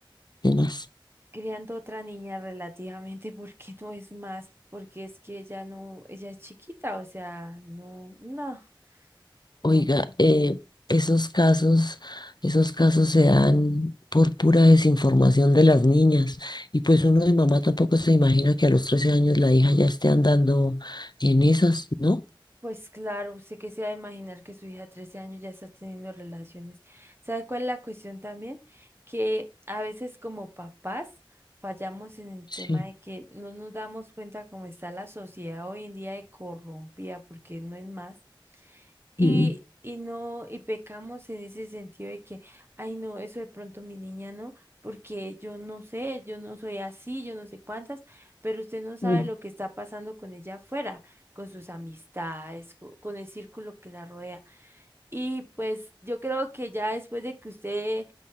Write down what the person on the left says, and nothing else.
tenaz.
Oiga, eh, esos casos, esos casos se dan por pura desinformación de las niñas. Y pues uno de mamá tampoco se imagina que a los 13 años la hija ya esté andando en esas, ¿no?
Sí.
Mm,
mm,